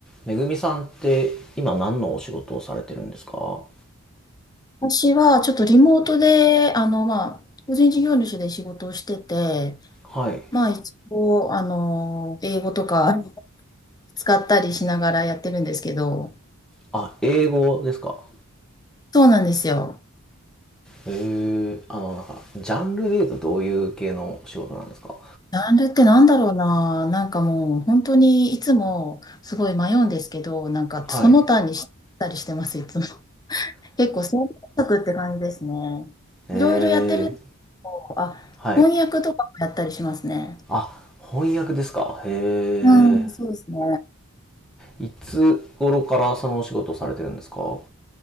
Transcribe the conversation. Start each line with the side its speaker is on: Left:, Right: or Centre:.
Centre: めぐみさんって今何のお仕事をされてるんですか
Left: 私はちょっとリモートで、あの、まあ、個人事業主で仕事をしてて、
Centre: はい。
Left: まあ、一応、あの、英語とか使ったりしながらやってるんですけど、
Centre: あ、英語ですか
Left: そうなんですよ。
Centre: へえあの、なんか、ジャンルで言うとどういう系のお仕事なんですか
Left: ジャンルってなんだろうな、なんかもう、本当にいつもすごい迷うんですけど、なんかその他にしたりしてます、
Centre: はい。へ
Left: いつも。<laughs> 結構、選択って感じですね。
Centre: え
Left: いろいろやってるんであ、
Centre: はい。
Left: 翻訳とかもやったりしますね。
Centre: あ、翻訳ですかへ
Left: うん、そうですね。
Centre: えいつ頃からそのお仕事をされてるんですか